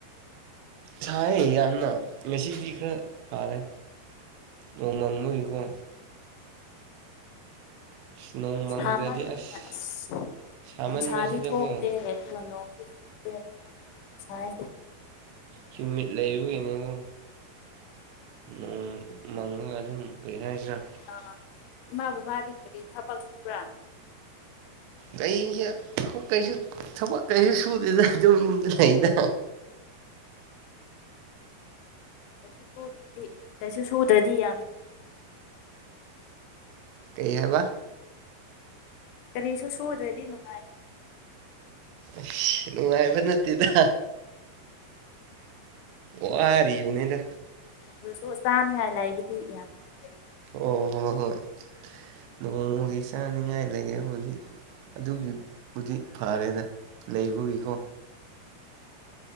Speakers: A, on the right; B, on the left.
A: ꯁꯥꯏꯌꯦ ꯌꯥꯝꯅ ꯉꯁꯤꯗꯤ ꯈꯔ ꯐꯔꯦ ꯅꯣꯡꯃꯪꯕꯒꯤꯀꯣ꯫ ꯑꯁ ꯅꯣꯡ ꯃꯪꯗ꯭ꯔꯗꯤ
B: ꯁꯃꯥꯟꯕꯅꯤꯅ
A: ꯑꯁ
B: ꯑꯁ꯫
A: ꯁꯥꯃꯟꯕꯁꯤꯗꯀꯣ
B: ꯅꯨꯡꯁꯥꯗꯤ ꯊꯣꯛꯇꯦ ꯑꯗꯨꯒ ꯅꯣꯡꯗꯤ ꯆꯨꯗꯦ ꯌꯥꯝ ꯁꯥꯏ꯫
A: ꯀꯨꯃꯤꯠ ꯂꯩꯕꯒꯤꯅꯤꯅ‌ꯦ ꯅꯣꯡ ꯃꯪꯉꯒ ꯑꯗꯨꯝ ꯀꯩ ꯍꯥꯏꯁꯤꯔꯥ꯫
B: ꯑ ꯏꯃꯥ ꯕꯕꯥꯗꯤ ꯀꯔꯤ ꯊꯕꯛ ꯁꯨꯕ꯭ꯔꯥ꯫
A: ꯀꯩꯒꯤ ꯊꯕꯛ ꯀꯩꯁꯨ ꯊꯕꯛ ꯀꯩꯁꯨ ꯁꯨꯗꯦꯗ ꯑꯗꯨꯝ ꯌꯨꯝꯗ ꯂꯩꯌ‌ꯦꯗ꯫
B: ꯀꯩꯁꯨ ꯁꯨꯗ꯭ꯔꯗꯤ ꯀꯩꯁꯨ ꯁꯨꯗ꯭ꯔꯗꯤ ꯌꯥꯝ꯫
A: ꯀꯩ ꯍꯥꯏꯕ
B: ꯀꯔꯤꯁꯨ ꯁꯨꯗ꯭ꯔꯗꯤ ꯅꯨꯡꯉꯥꯏ꯫
A: ꯑ ꯅꯨꯡꯉꯥꯏꯕ ꯅꯠꯇꯦꯗ ꯋꯥꯔꯤꯕꯅꯦꯗ
B: ꯑꯗꯨꯁꯨ ꯆꯥꯅꯤꯡꯉꯥꯏ ꯂꯩꯕꯗꯤ ꯌꯥꯝ꯫ ꯐꯩ
A: ꯑꯣ ꯍꯣ ꯍꯣꯏ ꯅꯣꯡꯃꯒꯤ ꯆꯥꯅꯤꯡꯉꯥꯏ ꯂꯩꯔꯕꯨꯗꯤ꯫ ꯑꯗꯨꯒꯤꯕꯨꯗꯤ ꯐꯔꯦꯗ ꯂꯩꯕꯒꯤꯀꯣ꯫